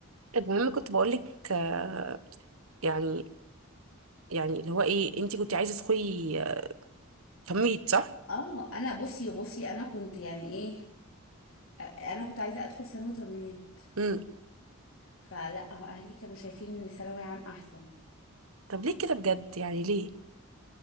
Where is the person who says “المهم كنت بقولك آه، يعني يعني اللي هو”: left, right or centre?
Right